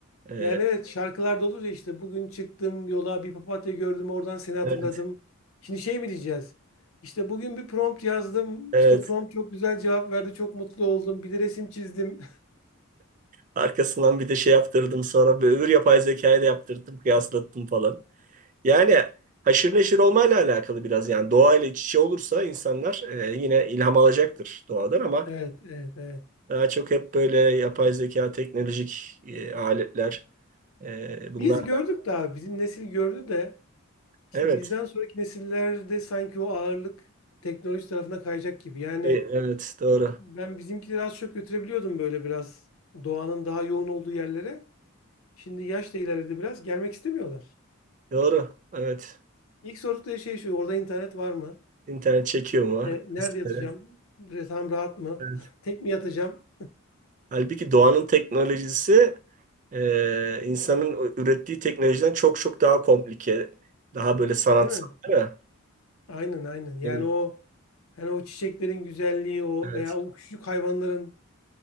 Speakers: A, on the right (about 35°); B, on the left (about 75°).
A: e,
B: Yani evet şarkılarda olur ya işte bugün çıktım yola bir papatya gördüm oradan seni hatırladım.
A: evet,
B: Şimdi şey mi diyeceğiz? İşte bugün bir prompt yazdım.
A: evet.
B: işte prompt çok güzel cevap verdi. Çok mutlu oldum. Bir de resim çizdim.
A: arkasından bir de şey yaptırdım sonra bir öbür yapay zekayla yaptırdım, kıyaslattım falan. Yani haşır neşir olmayla alakalı biraz yani doğayla iç içe olursa insanlar e, yine ilham alacaktır doğadan
B: <laughs>
A: ama
B: Evet, evet, evet.
A: Daha çok hep böyle yapay zeka, teknolojik e, aletler. E, bunlar
B: Biz gördük daha. Bizim nesil gördü de. İşte
A: evet.
B: bizden sonraki nesillerde sanki o ağırlık teknoloji tarafına kayacak gibi. Yani
A: E, evet doğru.
B: ben bizimkileri az çok götürebiliyordum böyle biraz doğanın daha yoğun olduğu yerlere. Şimdi yaş da ilerledi biraz. Gelmek istemiyorlar.
A: Doğru. Evet.
B: İlk sordukları şey şu. Orada internet var mı?
A: İnternet çekiyor mu?
B: İşte nerede yatacağım?
A: Vesaire.
B: Bre- Tam rahat mı?
A: Evet.
B: <laughs> Tek mi yatacağım?
A: Halbuki doğanın teknolojisi e, insanın ürettiği teknolojiden çok çok daha komplike. Daha böyle sanatsal
B: Değil mi?
A: değil mi?
B: Aynen aynen. Yani
A: Emin-
B: o hani o çiçeklerin güzelliği o
A: Evet.
B: veya o küçük hayvanların